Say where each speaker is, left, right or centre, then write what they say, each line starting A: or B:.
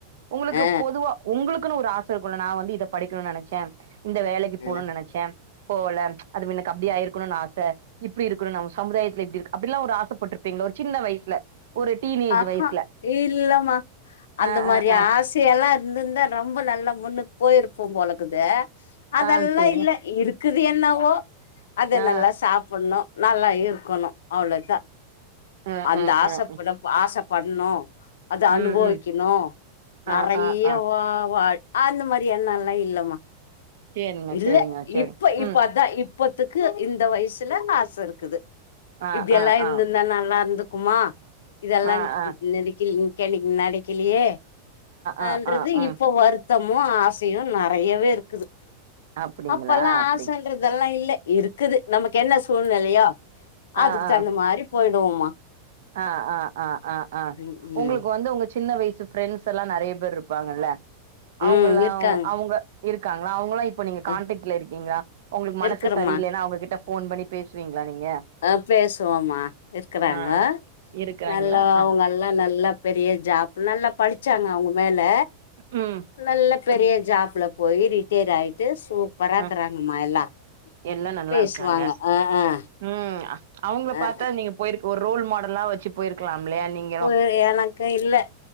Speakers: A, on the right; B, on the left.
A: உங்களுக்கு
B: அ
A: பொதுவா உங்களுக்குன்னு ஒரு ஆச இருக்குல்ல நா வந்து இத படிக்கணுன்னு நெனைச்சே இந்த வேலைக் இப் போணுன்னு
B: அ
A: நெனச்சே போகல அது மின்னுக்கு அப்புடியே ஆயிருக்கனுன்னு ஆச இப்டி இருக்கணும் நம் சமுதாயத்துல இப்டி இருக் அப்டிலா ஒரு ஆசப்பட்ருப்பீங்களோ ஒரு சின்ன வயசுல ஒரு டீனேஜ்
B: ஆஹா
A: வயசுல
B: இல்லமா அந்த
A: ஆ
B: மாரி
A: ஆ ஆ
B: ஆஸ் தி எல்லா இருந்திருந்தா ரொம்ப நல்லா முன்னுக்கு போயிருப்போ போலக்குது அதெல்லா
A: ஆ சேரிங்க
B: இல்ல இருக்குது என்னவோ அத
A: ஆ
B: நல்லா சாப்புனு நல்லா இருக்கணு அவ்ளோதா
A: ஆ
B: அந்த
A: ஆ
B: ஆசப்படப்
A: ஆ
B: ஆச பட்ணு அத
A: ம்
B: அனுபவிக்கணு
A: ம்
B: நெறயா
A: ஆ ஆ ஆ
B: வா வா அந்த மாரி என்னல்லா இல்லமா
A: சேரிங்க
B: இல்ல
A: சேரிங்க சேரி
B: இப்ப இப்ப
A: ம்
B: அதா இ ப்பத்துக்கு இந்த வயசுல ஆச இருக்குது
A: ஆ
B: இப்டியெல்லா
A: ஆ
B: இருந்துருந்தா
A: ஆ
B: நா நடந்துக்குமா இதெல்லா
A: ஆ ஆ
B: நெனக் நெனக் நடகிலையே அ
A: ஆ ஆ
B: ன்றது
A: ஆ ம்
B: இப்போ வருத்தமு ஆசையு நெறையவே இருக்குது
A: அப்டிங்களா
B: அப்பல்லா
A: அப்டி
B: ஆசன்றதெல்லா இல்ல இருக்குது நமக்கு என்ன சூழ்நெலையோ அதுக்கு
A: ஆ ஆ
B: தகுந்த மாரி போய்டுவோம்மா
A: ஆ ஆ ஆ ஆ ஆ
B: ம் ம்
A: உங்களுக்கு வந்து உங்க சின்ன வயசு ப்ரெண்ட்ஸெல்லா நெறைய பேர் இருப்பாங்கல்ல
B: ம்
A: அவுங்கல்லா
B: இருக்காங்க
A: அவுங்க இருக்காங்ளா அவுங்கல்லா இப் இப்போ நீங்க கான்டாக்ட்ல
B: ம்
A: இருக்கீங்களா உங்களுக்கு மனசு
B: இருக்கறமா
A: சரியில்லைன்னா அவங்ககிட்ட ஃபோன் பண்ணி பேசுவீங்களா நீங்க
B: ஆ பேசுவோமா இருக்குறாங்க
A: ஆ இருக்கறாங்களா
B: நல்லா
A: அ
B: அவங்கல்லா நல்லா பெரிய ஜாப் நல்லா படிச்சாங்க அவங்க மேல
A: ம்
B: நல்ல பெரிய ஜாப்ல போய் ரிட்டேயர் ஆய்ட்டு சோ பறாக்குறாங்கம்மா
A: அ
B: எல்லா
A: எல்லா நல்லா
B: பேசுவாங்க
A: இருக்காங்க
B: ஆ ஆ
A: ம் அவுங்கள
B: ஆ
A: பாத்தாது நீங்க போயிருக் ஒரு ரோல் மாடல்லா வச்சு போயிருக்கலாம்லையா நீங்
B: ஒரு எனக்கு இல்ல